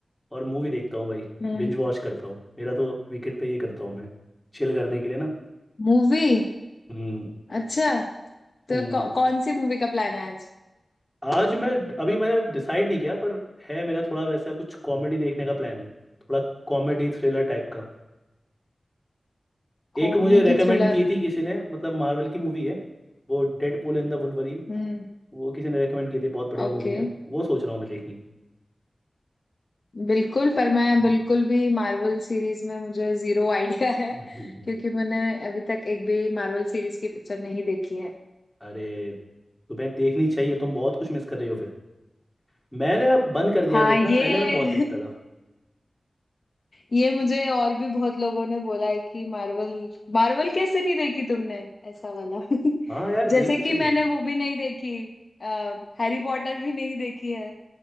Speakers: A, in the centre; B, on the left (about 55°).
A: और मूवी देखता हूँ भाई
B: हम्म
A: बिंज वॉच करता हूँ मेरा तो वीकेंड पे ये करता हूँ मैं चिल करने के लिए ना
B: मूवी
A: हम्म
B: अच्छा तो
A: हम्म
B: कौ, कौन सी मूवी का प्लान है आज
A: आज मैं अभी मैंने डिसाइड नहीं किया पर है मेरा थोड़ा वैसा कुछ कॉमेडी देखने का प्लान है थोड़ा कॉमेडी थ्रिलर टाइप का एक
B: Comedy
A: मुझे रेकमेंड
B: thriller
A: की थी किसी ने मतलब मार्वल की मूवी है वो डेडपूल एंड द वुल्वरीन
B: हम्म
A: वो किसी ने रेकमेंड की थी बहुत बढ़िया
B: ओके
A: मूवी है वो सोच रहा हूँ मैं देखने की
B: बिल्कुल पर मैं
A: <laughs>
B: बिल्कुल भी मार्वल सीरीज में मुझे जीरो आइडिया है
A: हम्म।
B: क्योंकि मैंने अभी तक एक भी मार्वल सीरीज की पिक्चर नहीं देखी है
A: अरे तुम्हें देखनी चाहिए तुम बहुत कुछ मिस कर रही हो फिर मैंने अब बंद कर दिया
B: हाँ
A: है देखना
B: ये
A: पहले मैं बहुत
B: <laughs>
A: देखता था
B: ये मुझे और भी बहुत लोगों ने बोला है कि मार्वल मार्वल कैसे नहीं देखी तुमने ऐसा वाला <laughs>
A: हाँ यार देखनी
B: जैसे कि
A: चाहिए
B: मैंने वो भी नहीं देखी आ, हैरी पॉटर भी नहीं देखी है